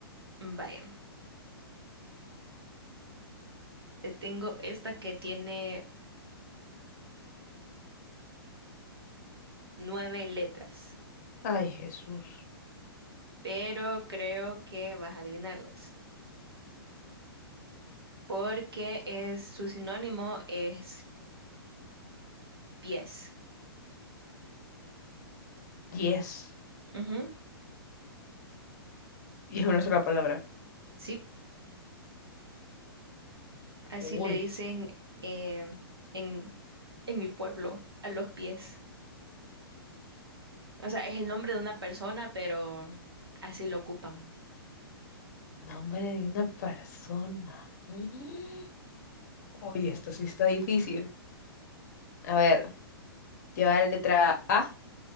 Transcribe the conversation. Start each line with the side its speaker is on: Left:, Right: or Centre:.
Right: vaya. Te tengo esta que tiene nueve letras,
Left: Ay, Jesús.
Right: pero creo que vas a adivinarlas, porque es su sinónimo es pies.
Left: Diez.
Right: Ujú,
Left: Y es una sola palabra.
Right: Sí, así
Left: Uy,
Right: le dicen em, en, en mi pueblo a los pies. O sea, es el nombre de una persona, pero así lo ocupan.
Left: nombre de una persona. Mm. Uy, esto sí está difícil. A ver, lleva la letra A.